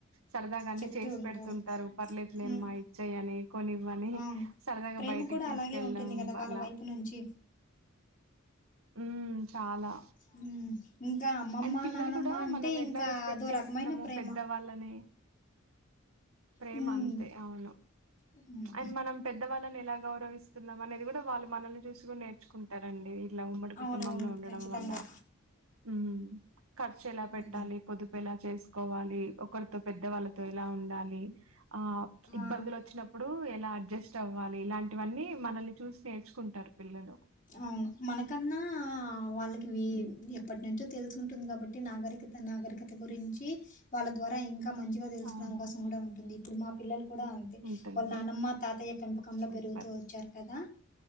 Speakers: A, on the right; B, on the left.
A: సరదాగా అన్ని
B: చెప్తూ
A: చేసి
B: ఉంటారు
A: పెడుతుంటారు పర్లేెదులేమ్మా
B: హ్మ్
A: ఇచ్చేయి అని కొనివ్వని
B: అవును
A: సరదాగా
B: ప్రేమ
A: బయటికి
B: కూడా
A: తీసుకెళ్ళడం
B: అలాగే ఉంటుంది కదా
A: వల
B: వాళ్ళ వైపు నుంచి
A: ఉమ్ చాలా
B: హ్మ్ ఇంకా అమ్మమ్మ
A: అండ్ పిల్లలు
B: నానమ్మ
A: కూడా
B: అంటే
A: మనం
B: ఇంకా
A: ఎట్లా రెస్పెక్ట్
B: అదో
A: చేస్తున్నాము
B: రకమైన ప్రేమ
A: పెద్ద వాళ్ళని ప్రేమ
B: హ్మ్
A: అంతే అవును
B: అవును
A: అండ్ మనం పెద్దవాళ్ళని ఎలాగ గౌరవిస్తున్నాం అనేది కూడా వాళ్ళు మనల్ని చూసి కూడా నేర్చుకుంటారండి ఇలా ఉమ్మడి కుటుంబంలో
B: అవునవును
A: ఉండడం
B: ఖచ్చితంగా
A: వల్ల ఉమ్ ఖర్చు ఎలా పెట్టాలి
B: ఉమ్.
A: పొదుపు ఎలా చేసుకోవాలి ఒకరితో పెద్దవాళ్ళతో ఎలా ఉండాలి ఇ ఆ
B: ఆ
A: ఇబ్బందులు వచ్చినప్పుడు ఎలా అడ్జస్ట్ అవు వాళ్లు ఇలాంటివన్నీ మనల్ని చూసి నేర్చుకుంటారు పిల్లలు
B: అవును మనకన్నా వాళ్ళకి
A: హ్మ్
B: ఎప్పటి నుంచో తెలుసు ఉంటుంది కాబట్టి నాగరికత నాగరికత గురించి వాళ్ళ ద్వారా ఇంకా ఇంకా మంచిగా తెలుసుకునే
A: అవును
B: అవకాశం కూడా ఉంటుంది ఇప్పుడు మా పిల్లలు కూడా అంతే
A: ఉంటుంది
B: వాళ్ళు నానమ్మ తాతయ్య పెంపకంలో
A: సూపర్
B: పెరుగుతూ వచ్చారు కదా